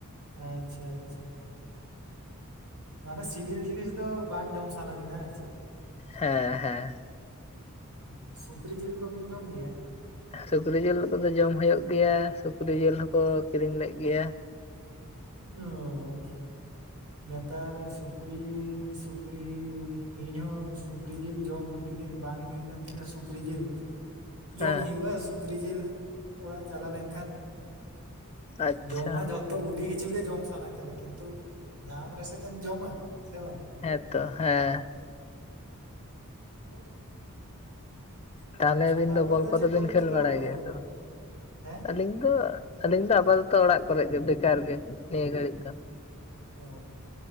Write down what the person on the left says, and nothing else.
ᱦᱮᱸ ᱦᱮᱸ
ᱥᱩᱠᱨᱤ ᱡᱤᱞ ᱠᱚᱫᱚ ᱡᱚᱢ ᱦᱳᱭᱳᱜ ᱜᱮᱭᱟ᱾ ᱥᱩᱠᱨᱤ ᱡᱤᱞ ᱦᱚᱸᱠᱚ ᱠᱤᱨᱤᱧ ᱞᱮᱫ ᱜᱮᱭᱟ᱾
ᱦᱮᱸ
ᱟᱪᱪᱷᱟ
ᱦᱮᱸᱛᱚ, ᱦᱮᱸ᱾
ᱛᱟᱦᱚᱞᱮ ᱟᱹᱵᱤᱱ
ᱫᱚ ᱵᱚᱞ ᱠᱚᱫᱚ
ᱵᱤᱱ ᱠᱷᱮᱞ
ᱵᱟᱲᱟᱭ
ᱜᱮᱭᱟ
ᱛᱚ᱾
ᱟᱹᱞᱤᱧ ᱫᱚ ᱟᱹᱞᱤᱧ ᱫᱚ ᱟᱯᱟᱛᱚᱛᱚ ᱚᱲᱟᱜ ᱠᱚᱨᱮ ᱜᱮ ᱵᱮᱠᱟᱨ ᱜᱮ ᱱᱤᱭᱟᱹ ᱜᱷᱟᱹᱲᱤᱡ ᱫᱚ᱾